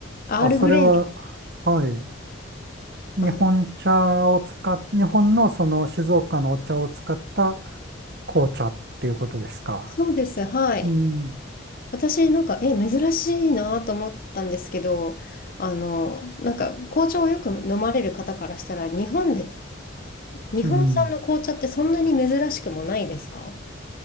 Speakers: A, on the left (about 45°); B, on the right (about 55°).
A: アールグレイみたい
B: あ、それは、はい。日本茶を使っ、
A: な、あの、
B: 日本のその静岡のお茶を使った紅茶っていうことですか。
A: そうです、はい。
B: うん。
A: 私なんか、え、珍しいなと思ったんですけど、あの、なんか紅茶をよく飲まれる方からしたら、日本で、日本産の紅茶ってそんなに珍しくもないですか
B: うん。